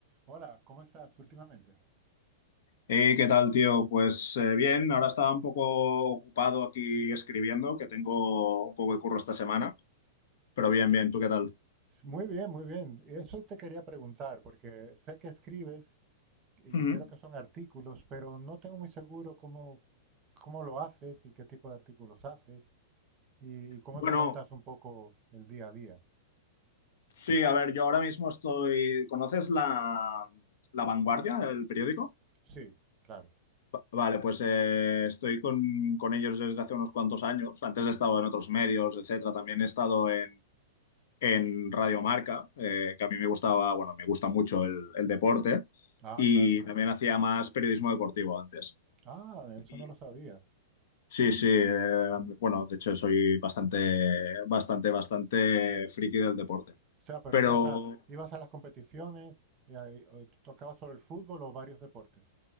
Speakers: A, on the right (about 25°); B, on the left (about 65°).
A: Hola, ¿cómo estás últimamente?
B: Hey, ¿qué tal, tío? Pues eh, bien, ahora estaba un poco ocupado aquí escribiendo, que tengo un poco de curro esta semana, pero bien, bien, ¿tú qué tal?
A: Muy bien, muy bien. Eso te quería preguntar, porque sé que escribes y
B: Ujú.
A: creo que son artículos, pero no tengo muy seguro cómo, cómo lo haces y qué tipo de artículos haces y cómo
B: Bueno,
A: te montas un poco el día a día.
B: sí, a ver, yo ahora mismo estoy... ¿Conoces la, La Vanguardia, el periódico?
A: Sí, claro.
B: Va- Vale, pues eh, estoy con, con ellos desde hace unos cuantos años. Antes he estado en otros medios, etcétera. También he estado en, en Radiomarca, eh, que a mí me gustaba, bueno, me gusta mucho el, el deporte
A: Ah,
B: y
A: claro, entonces.
B: también hacía más periodismo deportivo antes.
A: Ah, eso
B: Y
A: no lo sabía. O
B: Sí, sí, eh, bueno, de hecho soy bastante, bastante, bastante friki del deporte.
A: sea, pero
B: Pero
A: ibas a, ibas a las competiciones y ahí, o tocabas sobre el fútbol o varios deportes.